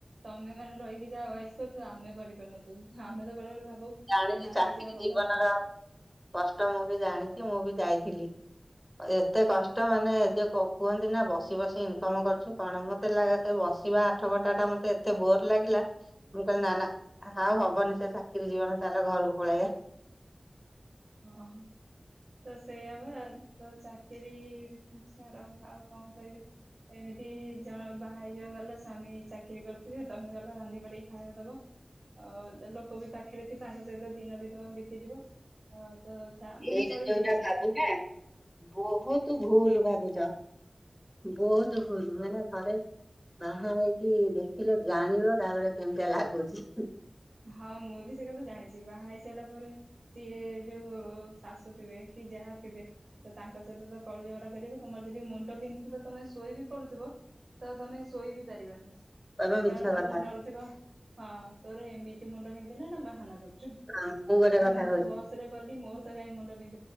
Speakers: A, on the right; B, in the centre.
A: ତମେ ମାନେ ରହିକି ଯାହା ଅୟେସ କରୁଥିବ ଆମେ କରିପାରୁନଥିବୁ ଆମେ ତ ବେଳେବେଳେ ଭାବୁ
B: ଜାଣିିଲି
A: ଏ ବାହା
B: ଚାକିରି
A: ହେଇଯିବା ଭଲ
B: ଜୀବନର କଷ୍ଟ ମୁଁ ବି ଜାଣିଛି ମୁଁ ବି ଯାଇଥିଲି।
A: <unintelligible>
B: ଏତେ କଷ୍ଟ ମାନେ ଯ କୁହନ୍ତି ନା ବସି ବସି ଇନକମ କରୁଛୁ କଣ ମତେ ଲାଗେ ସେ ବସି। ଯ ଆଠ ଘଣ୍ଟା ଟା ମୋତେ ଏତେ ବୋର ଲାଗିଲା ମୁଁ କହିଲି ନାଁ ନାଁ ଆଉ ହବନି ସେ ଚାକିରୀ ଜୀବନ। ତାହେଲେ ଘରକୁ ପଳେଇବା।
A: ଓ ହୋ ତ ସେଇଆ ବା ତ ଚାକିରି ଛାଡ ଆଉ କଣ କହିବି। ଏମିତି ଜଣ ବାହା ହେଇ ଯିବ ଗଲ ସ୍ୱାମୀ ଚାକିରି କରିଥିବେ ତମେ ଗଲ ରାନ୍ଧି ବାଡିକି ଖାଇବାକୁ ଦବ। ଆ ଲୋକ ବି ପାଖରେ ତାଙ୍କ ସହିତ ଦିନ ବି ତମେ ବିତିଯିବ। ଅ ତ ଚା- ମାନେ
B: ଏଇଟା
A: ଚଳି
B: ଯୋଉଟା
A: ହେଇଯିବ
B: ଭାବୁନା ବହୁତ ଭୁଲ ଭାବୁଚ। ବହୁତ ଭୁଲ ମାନେ ଥରେ ବାହା ହେଇକି ଦେଖିଲେ ଜାଣିବ ତାପରେ କେମିତିଆ ଲାଗୁଛି।
A: ହଁ ମୁଁ ବି ସେ କଥା ଜାଣିଛି ବାହା ହେଇ ସାରିଲା ପରେ ସିଏ ଯୋଉ ଶାଶୁ ଥିବେ କି ଯାହା ଥିବେ ତ ତାଙ୍କ ସହିତ ତ କଳି ଝଗଡା କରିବେ ତମର ଯଦି ମୁଣ୍ଡ ପିନ୍ଧିଥିବ ତମେ ଶୋଇ ବିି ପଡୁଥିବ ତ ତମେ ଶୋଇ ବି ପାରିବନି।
B: କହିବ ମିଛ
A: କାରଣ ତମକୁ
B: କଥା।
A: ଡରୁଥିବ ହଁ ତୋର ଏମିତି ମୁଣ୍ଡ ପିନ୍ଧିଲା ନା ବାହାନା କରୁ ଚୁ
B: ମୁଁ ଗୋଟେ
A: କାଇଁ
B: କଥା
A: ମୁଁ ତ ବସରେ ଗଲି ମୋର ତ କାଇଁ ମୁଣ୍ଡ ବିିନ୍ଧ୍